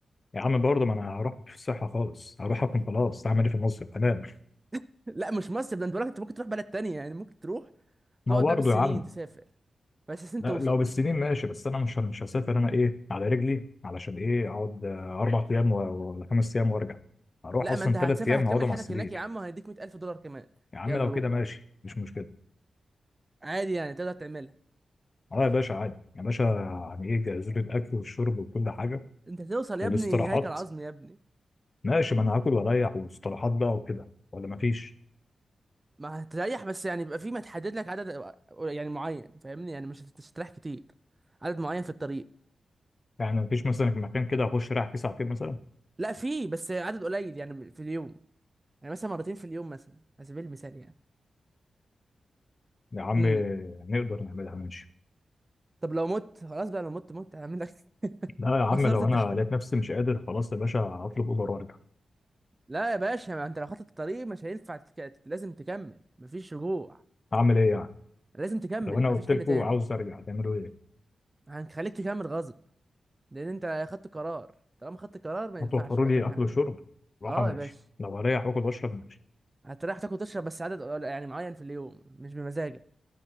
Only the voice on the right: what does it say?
<laughs> لا مش مصر ده انت بقول لك انت ممكن تروح بلد تانية يعني ممكن تروح
تقعد
بقى بالسنين
تسافر بس عشان
توصل
لا
ما انت
هتسافر
هتكمل
حياتك
هناك يا عم وهيديك 100000 دولار كمان
يلا
روح
عادي يعني تقدر تعملها
انت هتوصل
يا ابني هيكل عظمي يا ابني
ما هتريح بس يعني بيبقى في ما تحدد لك عدد يعني معين فاهمني يعني مش هت- مش هتريح كتير عدد معين في الطريق
لا في بس عدد قليل يعني في اليوم يعني مثلا مرتين في اليوم مثلا على سبيل المثال يعني
امم
طب لو مت خلاص بقى لو مت مت هعمل لك <laughs>
خسرت
التحدي
لا يا باشا ما انت لو خطت الطريق مش هينفع تك... لازم تكمل مفيش رجوع
لازم تكمل
مفيش
حل
تاني
هنخليك تكمل غصب لان انت خدت قرار طالما خدت قرار ما ينفعش
بقى
ترجع
عنه
اه
يا باشا
هتريح تاكل وتشرب بس عدد قل- يعني معين في اليوم مش بمزاجك